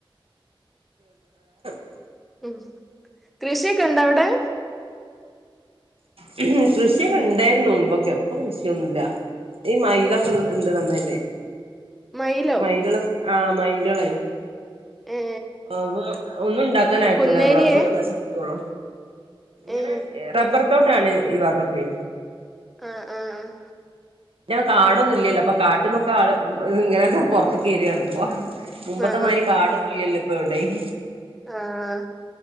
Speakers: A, on the right; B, in the centre.
A: <unintelligible>
B: മം കൃഷിയൊക്കെ ഇണ്ടോ അവിടെ.
A: ഹമ് കൃഷിയൊക്കെ ഇണ്ടായിരുന്നു മുമ്പൊക്കെ പ്പൊ കൃഷിയൊന്നുല്ല. ഈ മയിലൊക്കെ ഇണ്ട് നന്നായിട്ടേ.
B: മയിലോ
A: മൈകൾ ആ മൈകളെയി
B: ഏ
A: അപ്പൊ ഒന്നും ഇണ്ടാക്കാൻ അയക്കൂല
B: കുന്നേരിയേ
A: മ്മളെ ഒക്കെ നശിപ്പിക്കൊള്ളു. ഇങ്ങനെ
B: ഏ
A: എ റബ്ബർത്തോട്ടാണ് ഈ ഭാത്തൊക്കെ.
B: ആ ആ ആഹ്
A: കാടൊന്നും ഇല്ലല്ലോ അപ്പൊ കാട്ട് ന്നൊക്കെ ആള് ഇങ്ങനൊക്കെ പൊറത്തക്ക് വരാണിപ്പോ. മുമ്പത്തെമാരി
B: ആ
A: കാടൊന്നും ഇല്ലല്ലോ ഇപ്പൊ എവുടിം.
B: ആഹ്